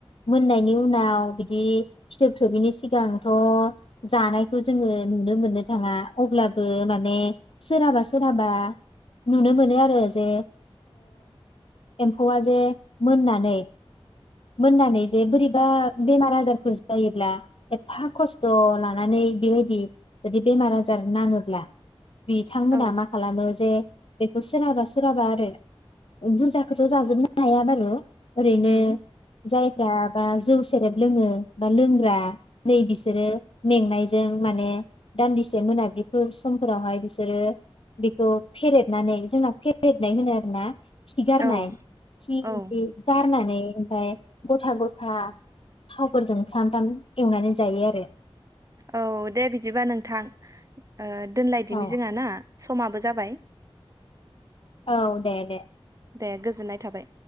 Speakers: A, on the left; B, on the right.
A: मोननायनि उनाव बिदि फिथोब थोबैनि सिगांथ' जानायखौ जोङो नुनो मोननो थाङा अब्लाबो माने सोरहाबा सोरहाबा नुनो मोनो आरो जे एम्फौआ जे मोननानै मोननानै जे बोरैबा बेमार आजारफोर जायोब्ला एफा खस्थ' लानानै बेबायदि जुदि बेमार आजार नाङोब्ला बिथांमोना
B: औ
A: मा खालामो जे सोरहाबा सोरहाबा आरो बुरजाखौथ' जाजोबनो हाया बारु ओरैनो
B: उम
A: जाय बा जौ सेरेब लोङो बा लोंग्रा नै बिसोरो मेंनायजों माने दान्दिसे मोनाबिलिफोर समफोरावहाय बिसोरो बेखौ फेरेदनानै जोंना फेरेदनाय होनो आरो ना। खिगारना
B: औ
A: खि
B: औ
A: इदि गारनानै ओमफाय गथा गथा थावफोरजों थाम थाम एवनानै जायो आरो।
B: औ दे बिदिबा नोंथां ओ दोनलायदिनि
A: औ
B: जोंङा ना समाबो जाबाय।
A: औ दे दे।
B: दे गोजोननाय थाबाय।